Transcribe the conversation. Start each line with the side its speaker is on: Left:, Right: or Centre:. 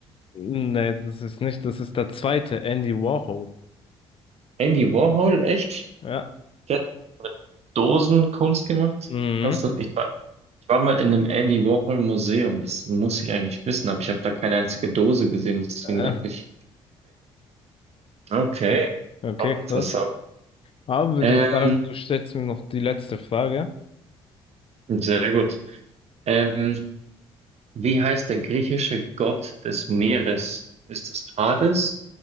Left: Nee, das ist nicht, das ist der zweite, Andy Warhol.
Right: Andy Warhol, echt?
Left: Ja.
Right: Der hat mit Dosen Kunst gemacht?
Left: Mhm.
Right: Krass. Ich war, ich war mal in einem Andy Warhol Museum. Das muss ich eigentlich wissen, aber ich habe da keine einzige Dose gesehen. Deswegen
Left: Äh,
Right: dachte ich, okay,
Left: Okay,
Right: auch
Left: krass.
Right: interessant.
Left: Aber würde
Right: Ähm,
Left: ich sagen, du stellst mir noch die letzte Frage.
Right: sehr gut. Ähm, Wie heißt der griechische Gott des Meeres? Ist es Hades,